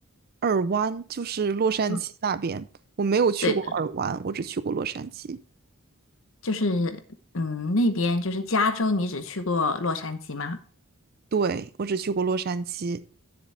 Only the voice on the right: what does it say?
尔湾就是洛杉矶那边，
我没有去过尔湾，
我只去过洛杉矶。
对，我只去过洛杉矶，